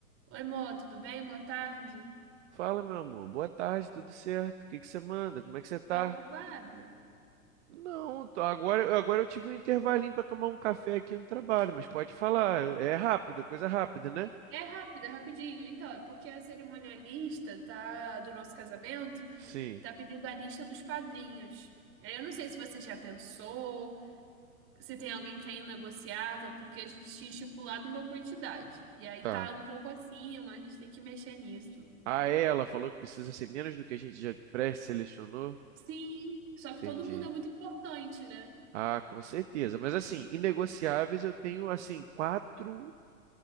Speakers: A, on the right; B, on the right.
A: Oi, Mô, tudo bem? Boa tarde.
B: Fala, meu amor. Boa tarde, tudo certo? O que que você manda? Como é que você tá?
A: Tá ocupado?
B: Não, tô- agora, agora eu tive um intervalinho para tomar um café aqui no trabalho, mas pode falar.
A: Show.
B: É rápido, é coisa rápida, né?
A: É rápido, é rapidinho. Então, é porque a cerimonialista tá, do nosso casamento
B: Sim,
A: tá pedindo a lista dos padrinhos. Aí Eu não sei se você já pensou, se tem alguém que é inegociável, porque a gente tinha estipulado uma quantidade. E aí
B: tá.
A: tá um pouco acima, a gente tem que mexer nisso.
B: Ah, é, ela falou que precisa ser menos do que a gente já pré-selecionou.
A: Sim, só que
B: Entendi.
A: todo mundo é muito importante, né?
B: Ah, com certeza. Mas assim, inegociáveis eu tenho assim, quatro,